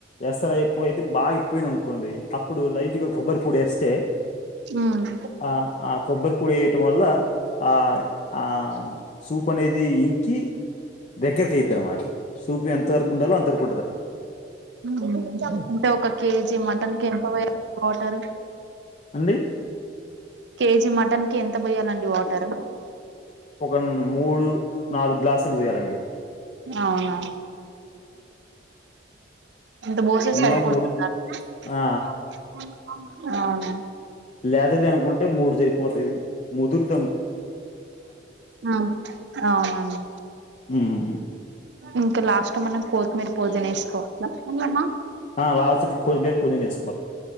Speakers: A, on the left; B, on the right.
A: ఎసరా ఎక్కువైతే బాగా ఎక్కువయింది అనుకోండి అప్పుడు లైట్ గా కొబ్బరి పొడి వేస్తే
B: హ్మ్.
A: ఆ ఆ కొబ్బరి పొడి వేయటం వల్ల ఆ ఆ సూప్ అనేది అది ఇంకి దగ్గరకి అయితది అన్నమాట సూపు ఎంత వరకు ఉండాలో అంతరకు
B: మ్ మ్ అంటే ఒక కేజీ మటన్ కి ఎంత పోయాలి వాటర్ రు
A: అండి
B: కేజీ మటన్ కి ఎంత పోయ్యాలండి వాటర్ రు
A: ఒక మూడు నాలుగు గ్లాసులు పోయాలి అండి
B: అవునా ఇంత బోసే
A: మినిమం
B: సారీపోతుందా
A: మూడు ఆ
B: అండి అవునా
A: లేదది అనుకుంటే మూడు చరిపోతది ముదురుద
B: మ్ అవునండి
A: ఉమ్, ఉమ్.
B: ఇంకా లాస్ట్ మనం కొత్తిమీర పుదీనా వేసుకోవాలా
A: ఆ లాస్సక్కి కొత్మీర పుదీనా వేసుకొ